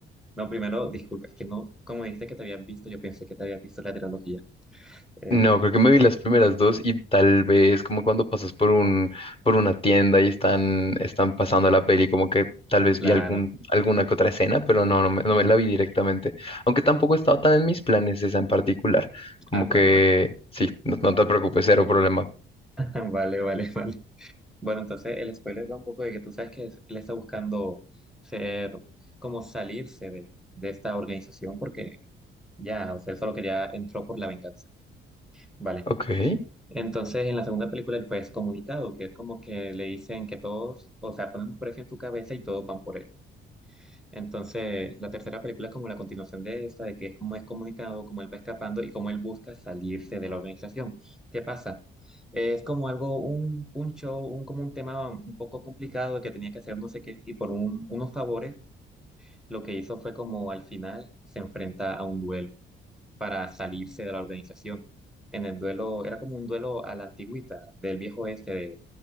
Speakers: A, in the centre; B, on the left.
A: No, primero, disculpa, es que no, como dijiste que te habías visto, yo pensé que te habías visto la trilogía. Eh,
B: No, creo que me vi las primeras dos y tal vez como cuando pasas por un, por una tienda y están, están pasando la peli, como que tal vez
A: claro.
B: vi algún, alguna que otra escena, pero no, no me, no me la vi directamente. Aunque tampoco estaba tan en mis planes esa en particular. Como
A: Ah,
B: que
A: vale, vale.
B: sí, no, no te preocupes, cero problema.
A: <laughs> Vale, vale, vale. Bueno, entonces el spoiler va un poco de que tú sabes que es- él está buscando ser, como salirse de, de esta organización porque ya, o sea, él solo quería, entró por la venganza. Vale.
B: Ok.
A: Entonces, en la segunda película él fue excomunicado, que es como que le dicen que todos, o sea, ponen un precio en su cabeza y todos van por él. Entonces, la tercera película es como la continuación de esta, de que es como excomunicado, como él va escapando y como él busca salirse de la organización. ¿Qué pasa? Es como algo, un, un show, un, como un tema un poco complicado que tenía que hacer no sé qué, y por un- unos favores, lo que hizo fue como al final se enfrenta a un duelo para salirse de la organización. En el duelo, era como un duelo a la antigüita, del viejo oeste, de